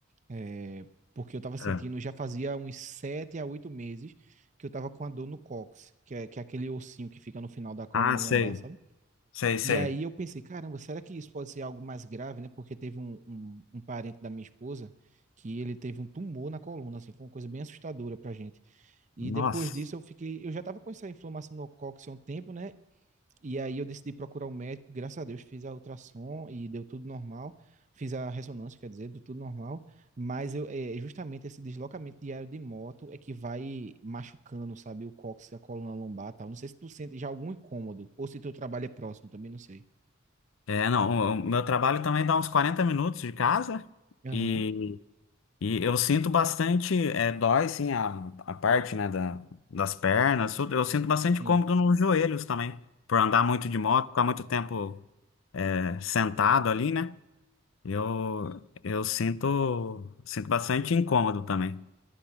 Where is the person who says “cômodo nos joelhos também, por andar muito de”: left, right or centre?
Left